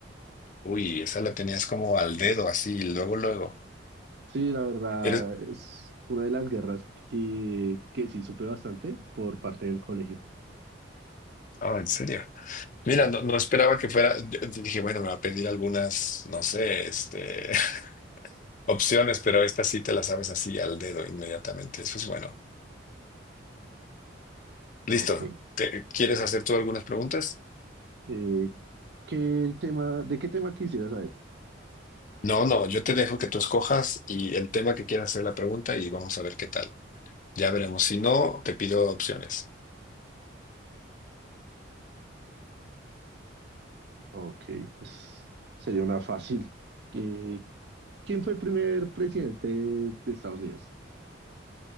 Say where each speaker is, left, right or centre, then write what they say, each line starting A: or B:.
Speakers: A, on the left; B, on the right.
A: Uy, esa la tenías como al dedo, así, luego, luego.
B: Sí, la verdad
A: Eres...
B: es una de las guerras eh, que sí supe bastante por parte del colegio.
A: Ah, en serio. Mira, no, no esperaba que fuera. Yo dije, bueno, me va a pedir algunas, no sé, este, <laughs> opciones, pero esta sí te la sabes así al dedo inmediatamente. Eso es bueno. Listo.
B: Ok.
A: ¿Te- ¿Quieres hacer tú algunas preguntas?
B: Eh, ¿qué el tema, de qué tema quisiera saber?
A: No, no, yo te dejo que tú escojas y el tema que quieras hacer la pregunta y vamos a ver qué tal. Ya veremos. Si no, te pido opciones.
B: Ok, pues sería una fácil. Eh, ¿quién fue el primer presidente de Estados Unidos?